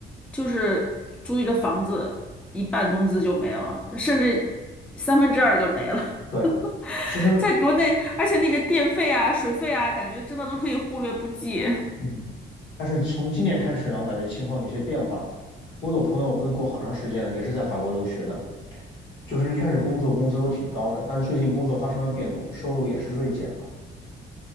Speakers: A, in the centre; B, on the left.
A: 就是租一个房子，一半工资就没了，甚至三分之二就没了。
B: 对，
A: <laughs>
B: 其实，
A: 在国内，而且那个电费啊、水费啊，感觉真的都可以忽略不计。
B: 嗯，但是从今年开始呢，我感觉情况有些变化。我有朋友回国好长时间了，也是在法国留学的，就是一开始工作工资都挺高的，但是最近工作发生了变动，收入也是锐减了。